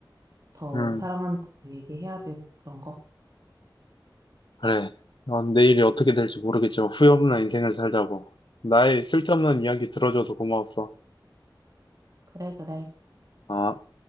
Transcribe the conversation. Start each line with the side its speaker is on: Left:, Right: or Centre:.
Right: 더
Left: 음,
Right: 사랑한다고 얘기해야 되고, 그런 거.
Left: 그래. 어, 내일이 어떻게 될지 모르겠지만 후회 없는 인생을 살자고. 나의 쓸데없는 이야기 들어줘서 고마웠어.
Right: 그래, 그래.
Left: 아.